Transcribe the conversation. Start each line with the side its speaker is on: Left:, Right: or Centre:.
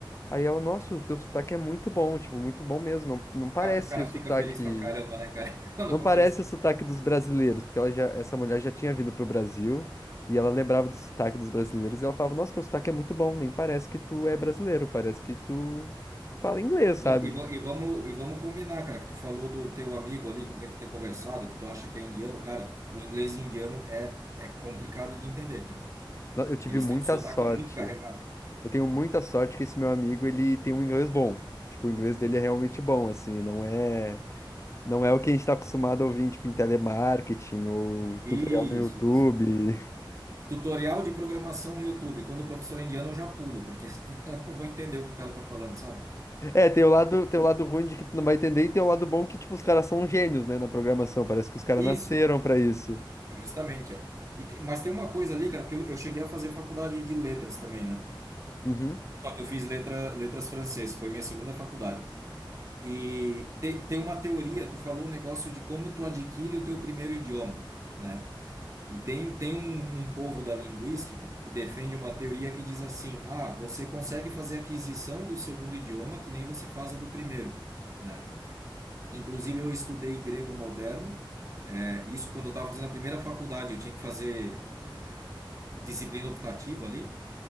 Left: Aí ela, nossa, o teu sotaque é muito bom, tipo, muito bom mesmo, não, não parece
Right: Ah, O cara
Left: o sotaque.
Right: fica feliz pra caramba, né, cara? <laughs> Quando
Left: Não
Right: acontece
Left: parece o sotaque dos brasileiros, porque ela já, essa mulher já tinha vindo pro Brasil e ela lembrava do sotaque dos brasileiros e ela falava: Nossa, teu sotaque é muito bom, nem parece que tu é brasileiro, parece que tu fala inglês,
Right: E,
Left: sabe?
Right: va- e va-
Left: Tipo,
Right: e vamos, e vamos combinar, cara, que tu falou do teu amigo ali com quem tu tem conversado, que tu acha que é indiano, cara, o inglês indiano é, é complicado de entender, cara.
Left: no- Eu tive
Right: Eles
Left: muita
Right: têm um sotaque
Left: sorte.
Right: muito carregado.
Left: Eu tenho muita sorte que esse meu amigo, ele tem um inglês bom. Tipo, o inglês dele é realmente bom, assim, não é, não é o que a gente tá acostumado a ouvir, tipo, em telemarketing ou tutorial
Right: Isso,
Left: no YouTube.
Right: isso. Tutorial de programação no YouTube. Quando o professor é indiano, eu já pulo, porque <laughs> assim, eu não vou entender o que o cara tá falando, sabe?
Left: É, tem o lado, tem o lado ruim de que tu não vai entender e tem o lado bom que, tipo, os caras são gênios, né, na programação. Parece que os caras
Right: Isso,
Left: nasceram pra isso.
Right: justamente, é. E te- mas tem uma coisa ali, cara, porque eu, eu cheguei a fazer faculdade de letras também, né?
Left: Uhum,
Right: Só que eu fiz letra, letras francês, foi minha segunda faculdade. E te- tem uma teoria, tu falou um negócio de como tu adquire o teu primeiro idioma, né? E tem, tem um, um povo da linguística que defende uma teoria que diz assim: ah, você consegue fazer a aquisição do segundo idioma que nem você faz a do primeiro, né? Inclusive, eu estudei grego moderno, é, isso quando eu estava fazendo a primeira faculdade, eu tinha que fazer é, disciplina optativa ali,